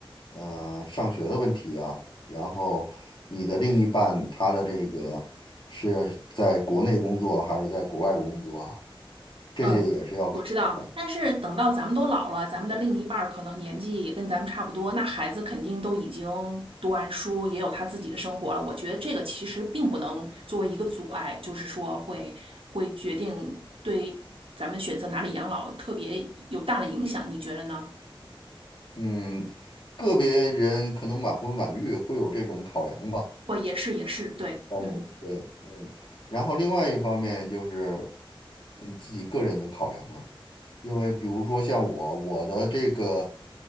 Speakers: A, on the left (about 60°); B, on the right (about 75°).
A: 呃上学的问题啊，然后你的另一半他的这个是在国内工作还是在国外工作啊，这些也是要考虑的。
B: 嗯，我知道，但是等到咱们都老了，咱们的另一半儿可能年纪也跟咱们差不多，那孩子肯定都已经读完书，也有他自己的生活了。我觉得这个其实并不能作为一个阻碍，就是说会会决定对咱们选择哪里养老特别有大的影响，你觉得呢？
A: 嗯，个别人可能晚婚晚育会有这种考量吧。
B: 我也是，也是，对，
A: 但是对，
B: 嗯。
A: 嗯，然后另外一方面就是嗯自己个人的考量了。因为比如说像我，我的这个，